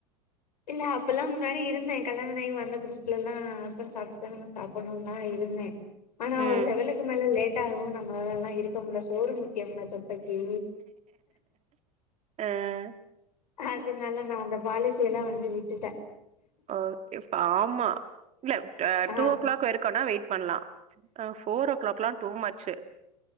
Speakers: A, on the left; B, on the right.
A: இல்ல அப்பில்லா முன்னாடி இருந்தே கல்யாண ஆயி வந்த புதுசுலெல்லா ஹஸ்பண்ட் சாப்ட்டுதா சாப்பட்ணுன்லா இருந்தே ஆனா
B: ம்
A: ஒரு லெவலுக்கு மேல லேட்டாகவு நம்மளால லா இருக்க முட்ல சோறு முக் க்யம் ல தொப்பக்கி
B: ஆஹ
A: அதனால நா அந்த பாலிசி எல்லா வந்து விட்டுட்டே
B: ஓகே ஃபார்மா இல்ல அ
A: ஆ
B: டூ ஓ கிளாக் வரைக்குனா வெயிட் பண்லாம் ஆ போர் ஓ கிளாக் எல்லா டூ மச்சு